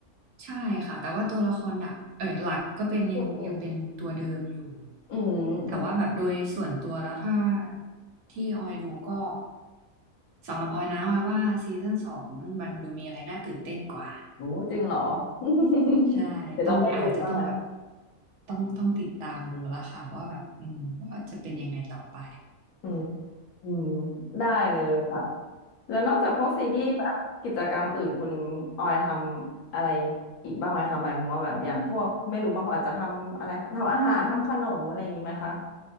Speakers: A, on the right (about 65°); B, on the left (about 90°).
A: ใช่ค่ะแต่ว่าตัวละครหลักเอ้ยหลักก็เป็นยังยังเป็นตัวเดิมอยู่
B: อืมอืมอืม
A: แต่ว่าแบบโดยส่วนตัวแล้วถ้าที่ออยดูก็สำหรับออยนะออยว่าซีซั่นสองมันดูมีอะไรน่าตื่นเต้นกว่า
B: โอ้จริงเหรอ <laughs>
A: ใช่ต้องอาจจะต้องแบบ
B: เดี๋ยวต้องไปดูบ้างแหละ
A: ต้องต้องติดตามดูแล้วค่ะว่าแบบอืมว่าจะเป็นยังไงต่อไป
B: อืมอืมได้เลยค่ะ แล้วนอกจากพวกซีรีส์แบบกิจกรรมอื่นคุณออยทำอะไรอีกบ้างไหมคะหมายถึงว่าแบบอย่างพวกไม่รู้บางคนอาจจะทำอะไรทำอาหารทำขนมอะไรอย่างนี้ไหมคะ